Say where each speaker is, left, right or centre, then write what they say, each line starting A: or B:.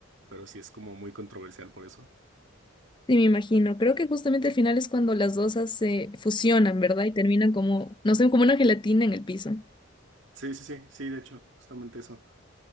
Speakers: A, on the right (about 65°); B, on the left (about 20°).
A: pero sí es como muy controversial por eso.
B: Sí, me imagino. Creo que justamente el final es cuando las dos se fusionan, ¿verdad? Y terminan como, no sé, como una gelatina en el piso.
A: Sí, sí, sí, sí, de hecho, justamente eso.